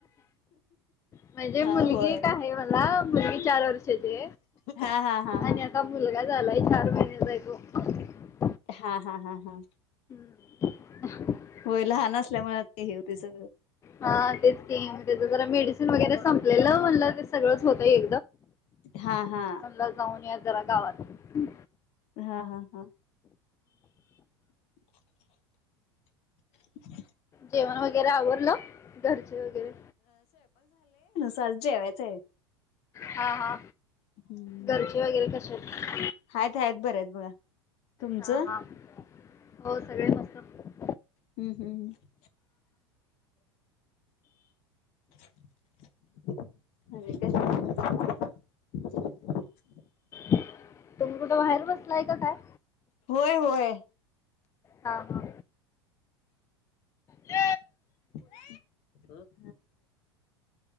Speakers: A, on the left; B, on the left.
A: म्हणजे
B: हा
A: मुलगी
B: होय
A: एक आहे मला मुलगी चार वर्षाची
B: हा हा हा
A: आणि
B: हा
A: आता मुलगा झालाय चार महिन्याचा आहे तो
B: हा हा हा हा
A: <unintelligible>
B: होय लहान असल्यामुळे ते हे होते सगळं
A: हा तेच जराड वगैरे संपलेलं म्हणलं तर सगळंच ते
B: हा हा
A: ला जाऊन या जरा गावात हम्
B: हा हा हा <unintelligible> ह
A: जेवण वगैरे आवरडलं घरचे वगैरे
B: सलजेवथ
A: हा हा
B: हम्म
A: घरचे वगैरे कसे आहेत
B: आहेतात आहेतच बर आहेत बघा तुमचं
A: हा हा हो सगळे मस्त
B: हम्म हम्म अ
A: तुम्ही कुठं बाहेर बसलाय का काय
B: होय होय
A: हा हा अ
B: हा